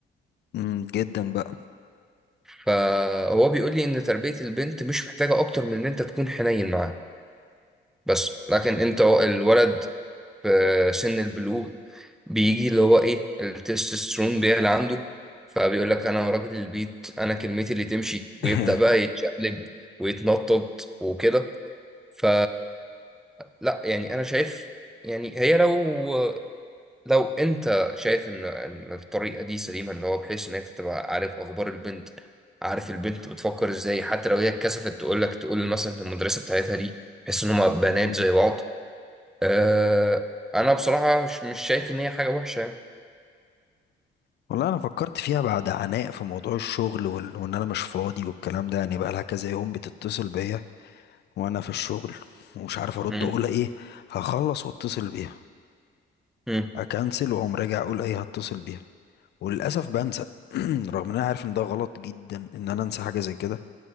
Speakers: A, on the left; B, in the centre.
A: أمم، جدا بقى
B: فهو بيقول لي ان تربية البنت مش محتاجة اكتر من ان انت تكون حنين معاها بس لكن انت الولد في سن البلوغ بيجي اللي هو ايه التستوستيرون بيعلى عنده فبيقول لك انا راجل البيت انا كلمتي اللي تمشي ويبدأ
A: <laughs>
B: بقى يتشقلب ويتنطط وكده ف لا يعني انا شايف يعني هي لو لو انت شايف ان إن الطريقة دي سليمة ان هو بحيث ان انت تبقى عارف اخبار البنت عارف البنت بتفكر ازاي حتى لو هي اتكسفت تقول لك تقول مثلا للمدرسة بتاعتها دي بحيث ان هم بنات
A: مم.
B: زي بعض أه انا بصراحه مش مش شايف ان هي حاجه وحشه يعني
A: والله انا فكرت فيها بعد عناء في موضوع الشغل وال- وان انا مش فاضي والكلام ده يعني بقى لها كذا يوم بتتصل بيا وانا في الشغل ومش عارف ارد
B: مم.
A: اقول ايه هخلص واتصل بيها
B: مم.
A: اكنسل واقوم راجع اقول ايه هتصل بيها وللاسف بنسى <clears throat> رغم ان انا عارف ان ده غلط جدا ان انا انسى حاجه زي كده